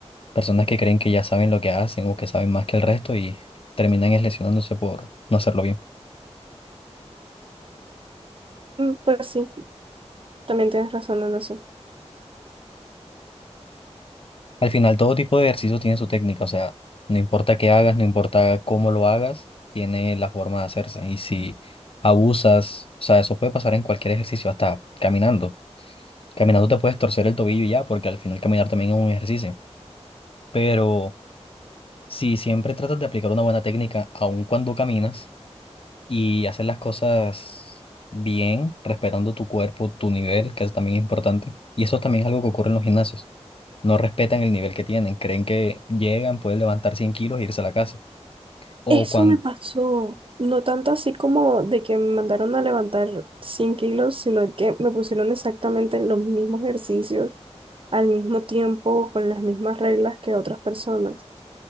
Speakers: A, on the left; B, on the right.
A: Personas que creen que ya saben lo que hacen o que saben más que el resto y terminan es lesionándose por no hacerlo bien.
B: Mm, Pues sí, también tienes razón en eso.
A: Al final, todo tipo de ejercicio tiene su técnica, o sea, no importa qué hagas, no importa cómo lo hagas, tiene la forma de hacerse. Y si abusas, o sea, eso puede pasar en cualquier ejercicio, hasta caminando. Caminando te puedes torcer el tobillo y ya, porque al final caminar también es un ejercicio. Pero si siempre tratas de aplicar una buena técnica, aun cuando caminas, y haces las cosas bien, respetando tu cuerpo, tu nivel, que es también importante, y eso también es algo que ocurre en los gimnasios no respetan el nivel que tienen, creen que llegan, pueden levantar 100 kilos e irse a la casa. O
B: Eso
A: cuando,
B: me pasó, no tanto así como de que me mandaron a levantar 100 kilos, sino que me pusieron exactamente los mismos ejercicios al mismo tiempo, con las mismas reglas que otras personas,